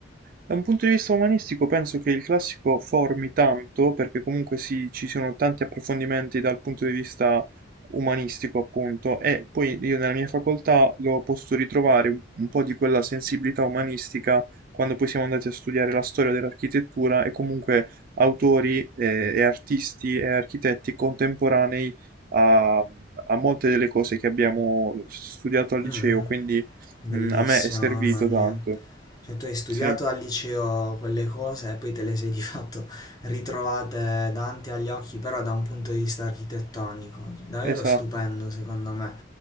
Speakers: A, on the right; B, on the left.
A: Da un punto di vista umanistico penso che il classico formi tanto, perché comunque si- ci sono tanti approfondimenti dal punto di vista umanistico, appunto, e poi io nella mia facoltà l'ho potuto ritrovare un un po' di quella sensibilità umanistica quando poi siamo andati a studiare la storia dell'architettura e comunque autori eh, e artisti e architetti contemporanei a, a molte delle cose che abbiamo studiato al
B: Mm,
A: liceo,
B: mm,
A: quindi
B: bellissimo,
A: mm, a me è servito
B: mamma mia.
A: tanto.
B: Cioè, tu hai studiato
A: Sì.
B: al liceo quelle cose e poi te le sei <laughs> di fatto ritrovate davanti agli occhi, però da un punto di vista architettonico, davvero
A: Esatto.
B: stupendo secondo me.